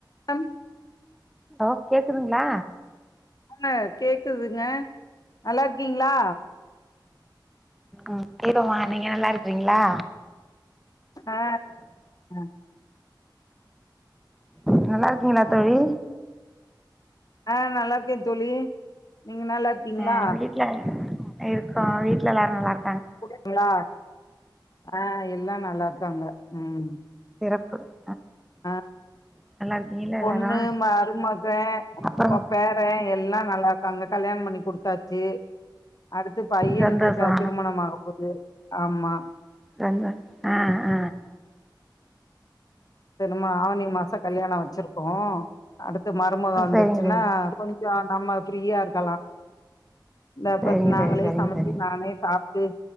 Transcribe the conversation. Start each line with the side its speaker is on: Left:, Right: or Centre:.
Left: come
Centre: hello கேக்குதுங்களா
Left: ஆ கேக்குதுங்க நல்லா இருக்கீங்ளா
Centre: ம் ஏதோமா நீங்க நல்லா இருக்கிறீங்களா
Left: ஆ அ
Centre: நல்லா இருக்கீங்களா தோழி
Left: ஆ நல்லா இருக்கே தோழி நீங்க நல்லா இருக்கீங்ளா
Centre: ஆ வீட்ல இருக்கோ வீட்ல எல்லாரு நல்லாரு
Left: குடுங்களா ஆ எல்லா நல்லாருக்காங்க ம்
Centre: பு
Left: ஆ
Centre: இருக்கீங்களா
Left: பொண்ணு
Centre: எல்லாரு
Left: மருமகே
Centre: அப்புறம்
Left: பேரே எல்லா நல்லாருக்காங்க கல்யாணம் பண்ணி குடுத்தாச்சு அடுத்து பையனுக்கு
Centre: சந்தோஷோ
Left: க திருமணம் ஆக போது ஆமா
Centre: <unintelligible> அ அ
Left: தென்னமா ஆவணி மாச கல்யாண வச்சுருக்கோ அடுத் து மருமக வந்துருச்சுன்னா
Centre: சரிங்க தோழி
Left: கொஞ் சோ நம்ம ஃப்ரீயா இருக்கலா இந்தா
Centre: சரிங்க
Left: பத் நாங்களே
Centre: தோழி சரிங்க
Left: சமச்சு
Centre: தோழி
Left: நானே சாப்ட்டு